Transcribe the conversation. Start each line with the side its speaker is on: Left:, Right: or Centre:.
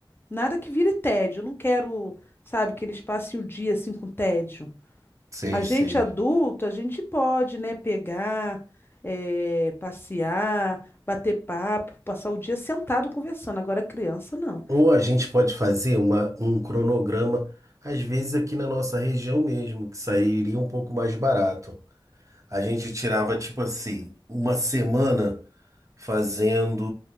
Left: Nada que vire tédio. Eu não quero, sabe, que eles passem o dia assim com tédio.
Right: sei,
Left: A gente
Right: sei.
Left: adulto, a gente pode, né, pegar, eh, passear, bater papo, passar o dia sentado conversando. Agora criança não.
Right: Ou a gente pode fazer uma, um cronograma, às vezes aqui na nossa região mesmo, que sairia um pouco mais barato. A gente tirava, tipo assim, uma semana fazendo